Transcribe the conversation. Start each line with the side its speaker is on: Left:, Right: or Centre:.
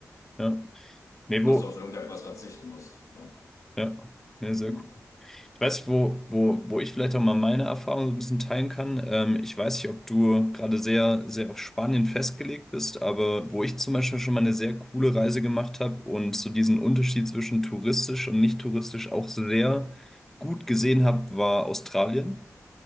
Centre: ja. Nee,
Left: dass
Centre: wo,
Left: du auf irgendetwas verzichten musst. Ja.
Centre: ja, ne, sehr
Left: Hm.
Centre: cool. Ich weiß nicht, wo, wo, wo ich vielleicht auch mal meine Erfahrung so ein bisschen teilen kann. Ähm, ich weiß nicht, ob du gerade sehr, sehr auf Spanien festgelegt bist, aber wo ich zum Beispiel schon mal eine sehr coole Reise gemacht habe und so diesen Unterschied zwischen touristisch und nicht touristisch auch sehr gut gesehen habe, war Australien.